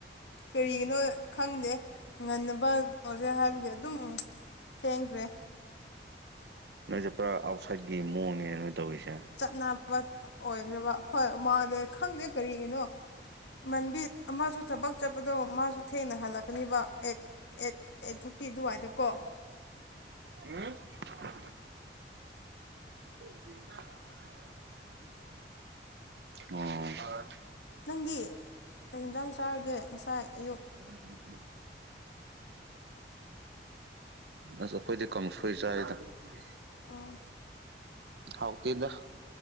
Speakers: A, on the left; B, on the right.
A: ꯀꯔꯤꯒꯤꯅꯣ ꯈꯪꯗꯦ ꯉꯟꯅꯕ ꯀꯩꯅꯣꯁꯦ ꯍꯥꯏꯕꯒꯤ ꯑꯗꯨꯝ ꯊꯦꯡꯈ꯭ꯔꯦ
B: ꯅꯣꯏꯁꯦ ꯄꯨꯔꯥ ꯑꯥꯎꯠꯁꯥꯏꯠꯀꯤ ꯃꯑꯣꯡꯅꯦꯅ ꯅꯣꯏ ꯇꯧꯔꯤꯁꯦ
A: ꯆꯠꯅꯕ ꯑꯣꯏꯈ꯭ꯔꯦꯕ ꯍꯣꯏ ꯃꯥꯜꯂꯦ ꯈꯪꯗꯦ ꯀꯔꯤꯒꯤꯅꯣ ꯃꯟꯕꯤꯠ ꯑꯃꯁꯨ ꯊꯕꯛ ꯆꯠꯄꯗꯣ ꯃꯥꯁꯨ ꯊꯦꯡꯅ ꯍꯜꯂꯛꯀꯅꯤꯕ ꯑꯦꯠ ꯑꯩꯠ ꯑꯩꯠ ꯊꯥꯔꯇꯤ ꯑꯗꯨꯋꯥꯏꯗ ꯀꯣ
B: ꯎꯝ ꯍꯥꯏ ꯑꯣ
A: ꯅꯪꯗꯤ ꯀꯩ ꯌꯦꯟꯖꯥꯡ ꯆꯥꯔꯒꯦ ꯉꯁꯥꯏ ꯑꯌꯨꯛ
B: ꯦ ꯑꯁ ꯑꯩꯈꯣꯏꯗꯤ ꯀꯥꯡꯁꯣꯏ ꯆꯔꯤꯗ ꯄꯨꯛꯁ
A: ꯎꯝ
B: ꯍꯥꯎ ꯇꯗ